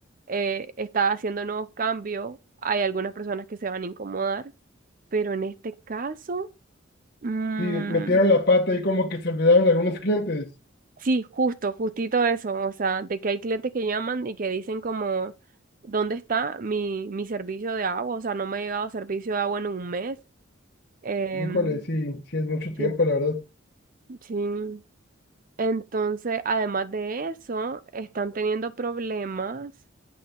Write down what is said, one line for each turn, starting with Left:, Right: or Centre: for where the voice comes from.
Right: eh, está haciendo nuevos cambios, hay algunas personas que se van a incomodar, pero en este caso... mm,
Left: Sí, metieron la pata y como que se olvidaron de algunos clientes.
Right: Sí, justo, justito eso, o sea, de que hay clientes que llaman y que dicen como, ¿dónde está mi, mi servicio de agua? O sea, no me ha llegado servicio de agua en un mes. Em,
Left: Híjole, sí, sí es mucho
Right: sí,
Left: tiempo, la verdad.
Right: sí. Entonces, además de eso, están teniendo problemas